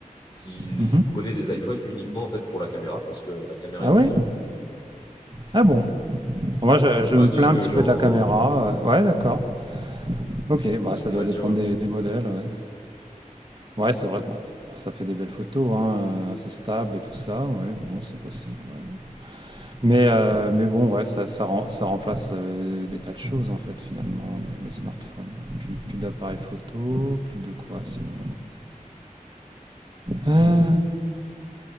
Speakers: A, on the left; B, on the right.
A: qui
B: Mhm.
A: prenaient des iPhones uniquement en fait pour la caméra parce que la caméra
B: Ah
A: était
B: ouais?
A: meilleure.
B: Ah bon? Moi, je, je
A: Bah
B: me
A: de
B: plains
A: ce que
B: un petit
A: j'en
B: peu de la caméra. euh, Ouais, d'accord. Ok,
A: de
B: bah,
A: ce
B: ça
A: qu'on
B: doit
A: m'a
B: dépendre
A: dit ouais.
B: des, des modèles. Ouais, ouais c'est vrai que bon, ça fait des belles photos, hein, euh, c'est stable et tout ça. Ouais, bon, c'est possible. ouais. Mais, euh, mais bon, ouais, ça, ça, rem- ça remplace euh, des tas de choses en fait finalement le, le smartphone. Ouais, Plus, plus d'appareils photo, plus de quoi sinon. euh, euh,